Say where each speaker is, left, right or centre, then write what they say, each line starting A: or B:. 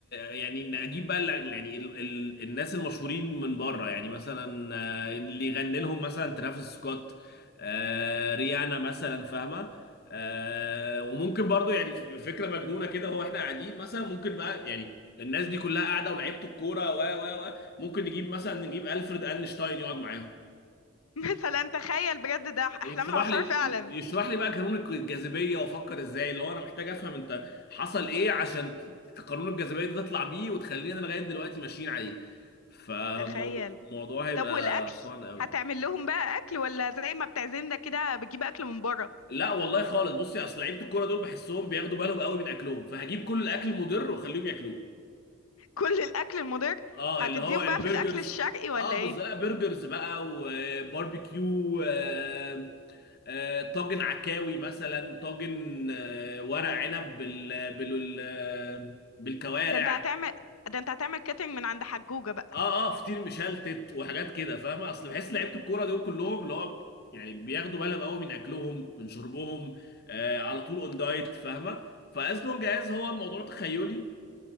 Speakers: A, on the left; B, on the left.
A: يعني نجيب بقى ال- يعني ال... ال... الناس المشهورين من بره يعني مثلا آه، اللي يغني لهم مثلا ترافيس سكوت آه، ريانا مثلا فاهمه آه، وممكن برضو يعني فكره مجنونه كده هو احنا قاعدين مثلا ممكن بقى يعني الناس دي كلها قاعده ولعيبه الكوره و و و ممكن نجيب مثلا نجيب الفريد اينشتاين يقعد معاهم
B: مثلا تخيل بجد ده
A: يشرح
B: احلام العصار
A: لي
B: فعلا
A: يشرح لي بقى قانون الجاذبيه وافكر ازاي اللي هو انا محتاج افهم انت حصل ايه عشان ت- قانون الجاذبيه ده تطلع بيه وتخلينا لغايه دلوقتي ماشيين عليه فموضوع
B: تخيل
A: الموضوع هيبقى
B: طب والاكل
A: فان قوي
B: هتعمل لهم بقى اكل ولا زي ما بتعزمنا كده بتجيب اكل من بره
A: لا والله خالص بصي اصل لعيبه الكوره دول بحسهم بياخدوا بالهم قوي من اكلهم فهجيب كل الاكل المضر واخليهم ياكلوه
B: كل الاكل المضر
A: اه
B: هتديهم
A: اللي هو البرجرز
B: بقى في الاكل الشرقي ولا
A: اه
B: ايه
A: بالظبط لا برجرز بقى وباربيكيو آه، آه، طاجن عكاوي مثلا طاجن آه، ورق عنب بال بال آه، بالكوارع
B: ده انت هتعمل ده انت هتعمل كاترينج من عند حجوجة بقى
A: اه اه فطير مشلتت وحاجات كده فاهمه اصل بحس لعيبه الكوره دول كلهم اللي هو يعني بياخدوا بالهم قوي من اكلهم من شربهم آه على طول اون دايت فاهمه فازنون جاهز هو الموضوع تخيلي